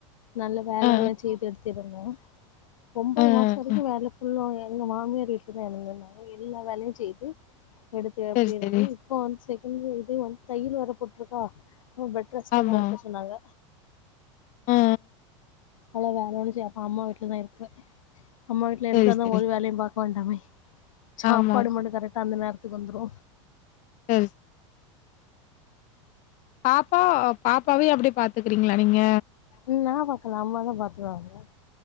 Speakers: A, on the left; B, on the left.
A: நல்ல வேலை
B: அ,
A: எல்லா செய்து எடுத்திருந்தோ ஒம்பது
B: அ, அ,
A: மாசோ வரைக்கு
B: அ.
A: வேல ஃபுல்லா எங்க மாமியார் வீட்லதா இருந்தே நானு எல்லா வேலையு செய்து எடுத்து எ
B: சரி,
A: த்திருந்தே
B: சரி.
A: இப்ப வந்து செகண்டு இது ஒரு தையல் வேற போட்ருக்கா அவுங் பெட் ரெஸ்ட்லல்லா
B: ஆமா.
A: இருக்க சொன்னாங்க
B: அ, அ.
A: அவ்ளதா அது முடிஞ்சு அ அம்மா வீட்லதா இருப்பே அம்மா வீட்ல
B: சரி,
A: இருந்தாதா
B: சரி.
A: ஒரு வேலையு பாக்க வேண்டாமே சாப்பாடு
B: ஆமா.
A: மட்டு கரெக்டா அந்த நேர த்துக்கு வந்துரு
B: ம் பாப்பா பாப்பாவயு அப்டியே பாத்துக்கறீங்களா நீங்க?
A: ம் நா பாக்கல அம்மாதா பாத்துக்குவாங்க